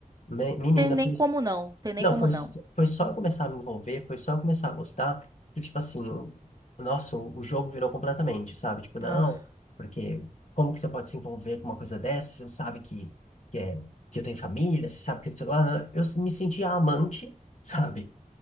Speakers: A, on the left; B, on the right.
A: Me- Menina,
B: Tem nem
A: foi
B: como não. Tem nem
A: Não,
B: como
A: foi,
B: não.
A: s- foi só eu começar a me envolver, foi só eu começar a gostar, que, tipo assim, o- nossa, o, o jogo virou completamente, sabe? Tipo, não,
B: Ah,
A: porque como que você pode se envolver com uma coisa dessa? Você sabe que, que, é, que eu tenho família, você sabe que sei lá, né? eu me sentia amante, <laughs> sabe?